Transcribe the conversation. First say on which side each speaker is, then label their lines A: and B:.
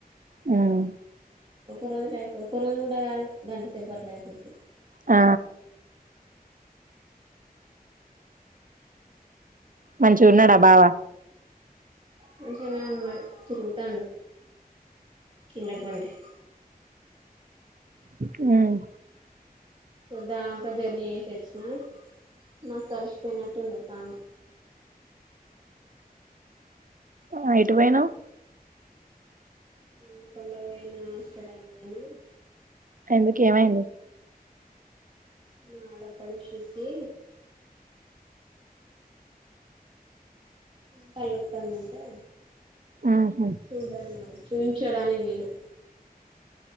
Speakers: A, on the right (about 60°); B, on the right (about 35°).
A: హ్మ్
B: ఒక రోజులో అయిపో ఒక రోజు కూడా కాదు గంటసేపట్ల అయిపోతది
A: ఆ మంచిగున్నడా బావా
B: మంచిగనే ఉన్నాడు తిరుగుతాండు ఇండ్ల పొంటి
A: హ్మ్
B: పొద్దాక జర్నీ చేసొచ్చినా మస్త్ అలిసిపోయినట్టుంది ప్రాణం
A: ఆ ఎటు పోయినవ్
B: హనుమకొండ పోయినా హాస్పిటల్ పోయినా
A: ఎందుకు
B: మా
A: ఏమైంది
B: మా ఆడపడుచుకి తలనొత్తాందంటే
A: ఉహు
B: చూడానికి చూయించడానికి పోయినా